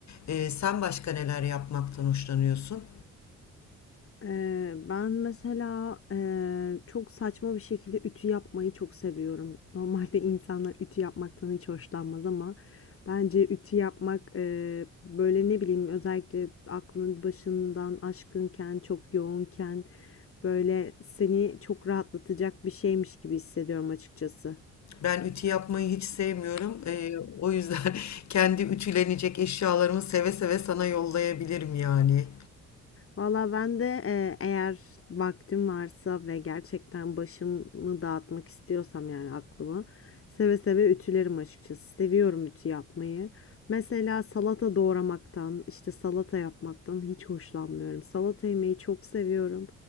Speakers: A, on the left (about 65°); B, on the left (about 45°).
A: Ee, sen başka neler yapmaktan hoşlanıyorsun?
B: Eee, ben mesela, eee, çok saçma bir şekilde ütü yapmayı çok seviyorum. Normalde insanlar ütü yapmaktan hiç hoşlanmaz ama bence ütü yapmak, eee, böyle, ne bileyim, özellikle aklın başından aşkınken, çok yoğunken, böyle, seni çok rahatlatacak bir şeymiş gibi hissediyorum açıkçası.
A: Ben ütü yapmayı hiç sevmiyorum. Ee, o yüzden <laughs> kendi ütülenecek eşyalarımı seve seve sana yollayabilirim yani.
B: Valla ben de e, eğer vaktim varsa ve gerçekten başımı dağıtmak istiyorsam yani aklımı seve seve ütülerim açıkçası. Seviyorum ütü yapmayı. Mesela salata doğramaktan, işte salata yapmaktan hiç hoşlanmıyorum. Salata yemeyi çok seviyorum.